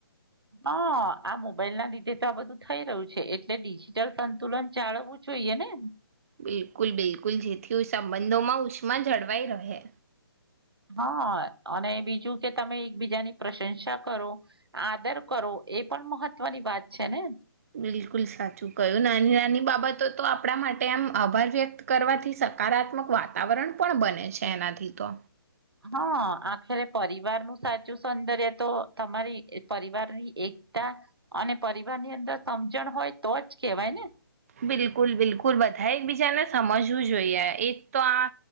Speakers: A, on the right; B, on the right.
A: હા આ મોબાઈલ ના લીધે તો આ બધું થઈ રહ્યું છે એટલે ડિજિટલ સંતુલન ચાલવું જોઈએ ને.
B: બિલકુલ બિલકુલ જેથી સંબંધોમાં ઉષ્મા જળવાઈ રહે.
A: હા અને બીજું કે તમે એકબીજાની પ્રશંસા કરો આદર કરો એ પણ મહત્વની વાત છે ને.
B: બિલકુલ સાચું કયું નાની નાની બાબતો તો આપણા માટે એમ આભાર વ્યક્ત કરવાથી સકારાત્મક વાતાવરણ પણ બને છે એનાથી તો.
A: હા આખરે પરિવાર નું સાચું સૌંદર્ય તો તમારી પરિવારની એકતા અને પરિવાર ની અંદર સમજણ હોય તો જ કેહેવાય ને
B: બિલકુલ બિલકુલ બધ એક બીજાના સમજવું જોઈએ એક તો આ